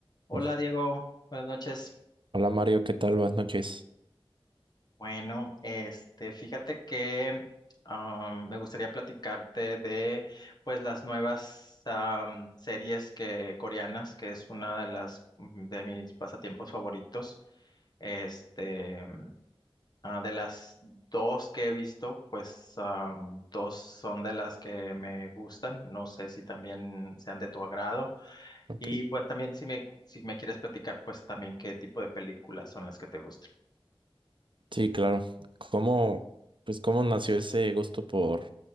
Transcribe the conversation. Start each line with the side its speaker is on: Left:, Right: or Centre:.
Left: Hola
Right: Mm.
Left: Diego, buenas noches.
Right: Hola Mario, ¿qué tal? Buenas noches.
Left: Bueno, este, fíjate que am, me gustaría platicarte de pues las nuevas am, series que coreanas, que es una de las mm, de mis pasatiempos favoritos. Este, ah, de las dos que he visto, pues am, dos son de las que me gustan. No sé si también sean de tu agrado.
Right: Ok,
Left: Y pues también si me, si me quieres platicar, pues también qué tipo de películas son las que te gustan.
Right: sí, claro. ¿Cómo, pues cómo nació ese gusto por,